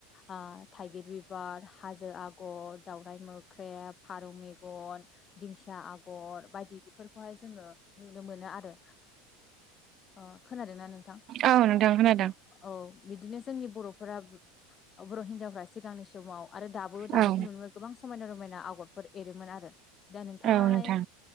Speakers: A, on the left; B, on the right.
A: ओ थाइगिर बिबार, हाजो आगर, दावराइ मोख्रेब फारौ मेगन, दिंखिया आगर बायदि बेफोरखौहाय जोङो नुनो मोनो आरो ओ खोनादों ना नोंथां?
B: औ नोंथां खोनादों
A: अ औ बिदिनो जोंनि बर'फोरा बर' हिनजावफ्रा सिगांनि समाव आरो दाबो दानायखौ
B: औ
A: नुनो मोनो गोबां समायना-रमायना आगरफोर एरोमोन आरो दा नोंथाङाहाय
B: औ नोंथां